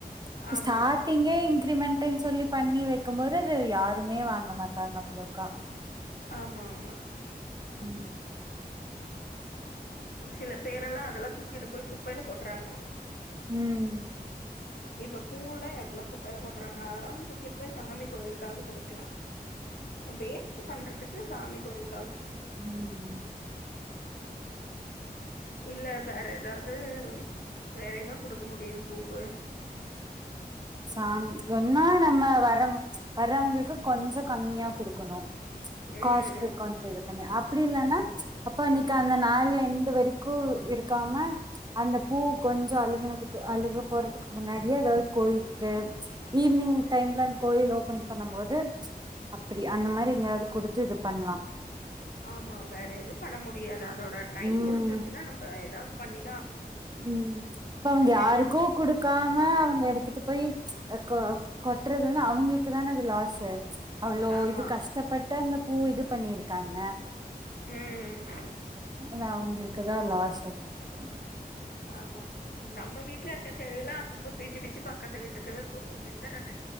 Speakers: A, on the right; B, on the left.
A: இப்ப
B: ஆமா
A: ஸ்டார்டிங்கே இன்கிரிமெண்ட் இப்ப பண்ணி வக் கம் போது அது யாருமே வாங்க மாட்டாங்க அவ்ளோக்கா
B: ஆமா ஆமா
A: உம்
B: சில பேரெல்லா அதெல்லா தூக்கிட்டு போய் குப்பைல கொட்றாங்க
A: உம்
B: இப்ப பூலா எவ்ளோ குப்பைல கொட்றாங்க அதெல்லா தூக்கிட் போய் சாமி கோயிலுக்காது குடுக்லா வேஸ்ட்டு பண்ற துக்கு சாமி கோயில்
A: உம் உம்
B: இல்ல வேற எதாவ்து வேற எங்க குடுக்க முடியும் பூவ
A: சாமி ஒன்னா நம்ம வரம் வர்றவ்ங்களுக்கு கொஞ்ச கம்மியா குடுக்கணு
B: ம்
A: காஸ்டு கொஞ்ச இது பண்ணி அப் ப்டி இல்லனா அப்ப இன்னைக்கு அந்த நாலு என்டு வரைக்கு இருக்காம அந்த பூ கொஞ்ச அழுங்குனதுக்கு அழுகி போறத்துக்கு முன்னாடியே வெட் கோயிலுக்கு ஈவினி்ங்
B: ம்
A: டைம்ல அந் கோயில் ஓப்பன் பண்ணம் போது அப்டி அந்த மாரி எங்கயாவ்து குடுத்து இது பண்லா
B: ஆமா வேற எது பண்ண முடியாது அதோட டைம்
A: ம்
B: முடிஞ்சிருச்சுனா நம்ப எதாவ்து பண்ணி
A: ம் இப்ப அவங்க
B: தெரியாம
A: யாருக்கோ குடுக்காம ங்க எடுத்துட்டு போய் கொ கொட்றது வந்து அவ்ங்களுக் குதான அது லாசு அவ்ளோ
B: ஆமா
A: இது கஷ்டப்பட்டு அந்த பூ இது பண்ணிருக்காங்க
B: ம்
A: தா அவுங்களுக்குதா லாஸ் அதிகோ எதோ
B: ஆமா நம்ப வீட்ல இருக்க செடியலா அப் ஒ இப்ப பிச்சு பிச்சு பக்கத்து வீட்டுக்கு கு வித்தற்றது